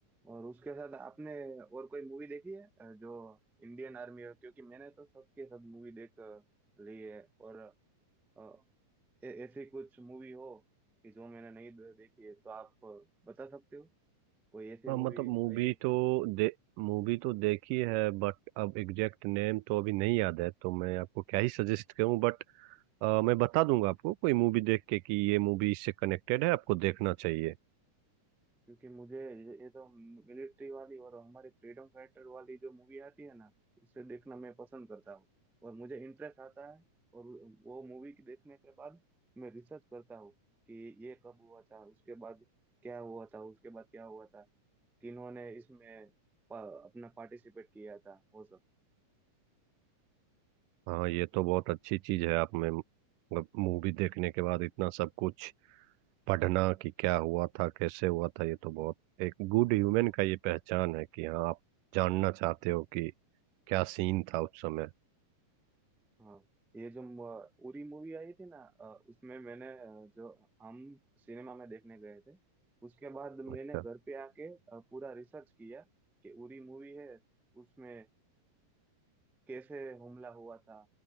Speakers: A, in the centre; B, on the right.
A: और उसके साथ आपने और कोई मूवी देखी है अ, जो इंडियन आर्मी है क्योंकि मैंने तो सबके सब मूवी देख अ, ली है और uh, ए- ऐसी कुछ मूवी हो कि जो मैंने नहीं दे- देखी है तो आप बता सकते हो कोई ऐसी
B: हाँ
A: मूवी
B: मतलब मूवी
A: आई हो
B: तो दे मूवी तो देखी है बट अब एग्जैक्ट नेम तो अभी नहीं याद है तो मैं आपको क्या ही सजेस्ट करूं बट मैं बता दूंगा आपको कोई मूवी देख के कि ये मूवी इससे कनेक्टेड है आपको देखना चाहिए
A: क्योंकि मुझे ये ये तो मिलिट्री वाली और हमारी फ्रीडम फाइटर वाली जो मूवी आती है ना उसे देखना मैं पसंद करता हूँ और मुझे इंटरेस्ट आता है और वो मूवी की देखने के बाद मैं रिसर्च करता हूँ कि ये कब हुआ था उसके बाद क्या हुआ था उसके बाद क्या हुआ था किन्होंने इसमें पा, अपना पार्टिसिपेट किया था वो सब
B: हाँ ये तो बहुत अच्छी चीज है आप में मतलब मूवी देखने के बाद इतना सब कुछ पढ़ना कि क्या हुआ था कैसे हुआ था ये तो बहुत एक गुड ह्यूमन का ये पहचान है कि हाँ आप जानना चाहते हो कि क्या सीन था उस समय
A: हाँ ये जो म- उरी मूवी आई थी ना अ, उसमें मैंने अ, जो हम सिनेमा में देखने गए थे उसके बाद मैंने
B: अच्छा
A: घर पे आके अ, पूरा रिसर्च किया कि उरी मूवी है उसमें अ, कैसे हमला हुआ था